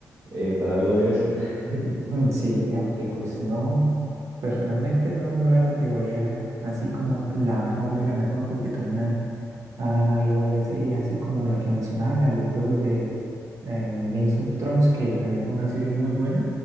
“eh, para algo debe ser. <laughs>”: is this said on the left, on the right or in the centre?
Right